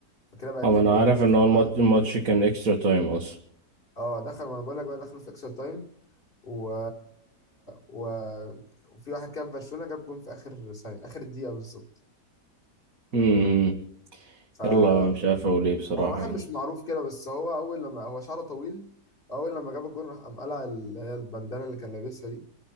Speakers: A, on the left (about 35°); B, on the right (about 55°).
A: فكده بقى 2-2
B: اما انا عارف
A: دخلوا
B: ان هو الماتش
A: بقى
B: الماتش كان اكسترا تايم اصلا
A: اه دخلوا ما انا بقول لك بقى دخلوا في اكسترا تايم و... و... وفي واحد كان في برشلونة جاب جون في آخر ثانية آخر دقيقة بالظبط
B: امم
A: فهو
B: يلا مش عارف اقول ايه بصراحة
A: واحد
B: يعني
A: مش معروف كده بس هو أول لما هو شعره طويل أول لما جاب الجون راح قام قلع اللي هي البندانة اللي كان لابسها دي